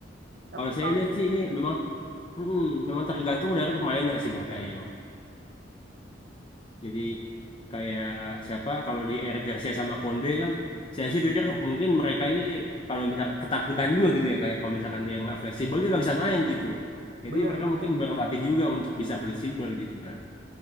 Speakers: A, on the right (about 60°); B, on the left (about 30°).
A: Tapi
B: Kalau
A: salut,
B: saya lihat sih ini
A: ya,
B: memang Mm-mm, memang tergantung dari pemainnya sih bang kayaknya bang. Jadi kayak siapa kalau di Eric Garcia sama Konde kan, saya sih pikir mungkin mereka ini kalau misalkan ketakutan juga gitu ya kayak kalau misalkan dia nggak fleksibel dia nggak bisa main gitu. Jadi
A: benar-benar.
B: mereka mungkin berlatih juga untuk bisa fleksibel gitu kan.